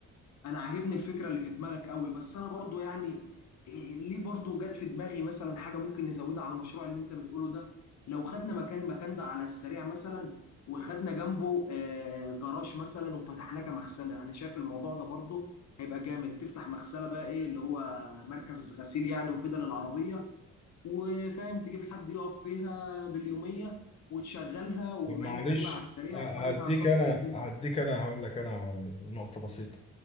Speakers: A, on the left (about 60°); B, on the left (about 20°).
A: انا عاجبني الفكره اللي في دماغك قوي بس انا برضو يعني إيه، ليه برضو جت في دماغي مثلا حاجه ممكن نزودها على المشروع اللي انت بتقوله ده لو خدنا مكان المكان ده على السريع مثلا وخدنا جنبه آه، جراج مثلا وفتحناه كمغسله انا شايف الموضوع ده برضو هيبقى جامد هتفتح مغسله بقى ايه اللي هو مركز غسيل يعني وكده للعربيه وفاهم تجيب حد يقف فيها باليوميه وتشغلها وبما
B: طب معلش
A: انك هتبقى على السريع
B: أ- هديك
A: فانت هتكسر
B: انا
A: الدنيا
B: هديك انا هقول لك انا على نقطه بسيطه